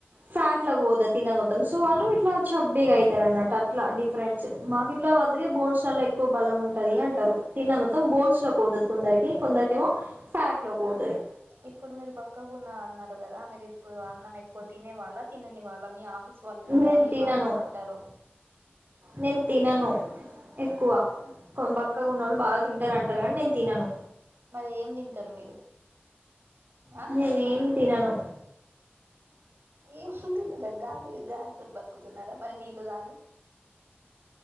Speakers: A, on the right; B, on the right.
A: ఫ్యాట్లకు పోతది తిన్న మొత్తం సో వాళ్ళు ఇట్లా చబ్బీగా ఐతారు అన్నట్టు అట్లా డిఫరెంట్స్ మాకు ఇట్లా అందరివీ బోన్స్ లల్లో క్కువ బలం ఉంటది అంటారు తిన్న మొత్తం బోన్స్ లోకి పోతది కొందరికి కొందరికి ఏమో ఫ్యాట్ లోకి పోతది
B: ఇప్పుడు మీరు బక్కగున్నా అన్నారు కదా మీరు ఇప్పుడు అన్నం ఎక్కువ తినే వాళ్ళా తినని వాళ్ళా మీ ఆఫీస్ వాళ్ళేమో
A: నేను
B: తినేవాళ్ళు
A: తినను
B: అంటారు
A: నేను తినను ఎక్కువ కోన్ బక్కగున్నోళ్ళు బాగా తింటారంటారు కానీ నేను తినను
B: మరి ఏం తింటరు మీరు ఆ
A: నేనేం తినను
B: ఏం తినరా గాలి గాలి తోటి బతుకుతున్నారా మరి నీళ్ళు దాగి